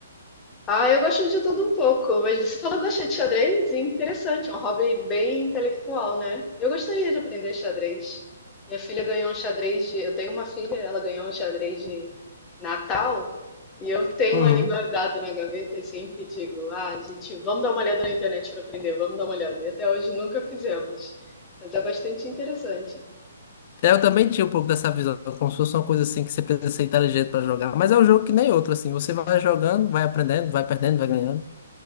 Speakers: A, on the left; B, on the left.
A: Ah, eu gosto de tudo um pouco, mas você falou que gosta de xadrez? Interessante, é um hobby bem intelectual, né? Eu gostaria de aprender xadrez. Minha filha ganhou um xadrez de. Eu tenho uma filha, ela ganhou um xadrez de Natal e eu tenho
B: Uhum.
A: ali guardado na gaveta e sempre digo: ah, gente, vamos dar uma olhada na internet para aprender, vamos dar uma olhada. E até hoje nunca fizemos, mas é bastante interessante.
B: É, Eu também tinha um pouco dessa visão, como se fosse uma coisa assim que você precisa ser inteligente pra jogar, mas é um jogo que nem outro, assim, você vai jogando, vai aprendendo, vai perdendo, vai ganhando.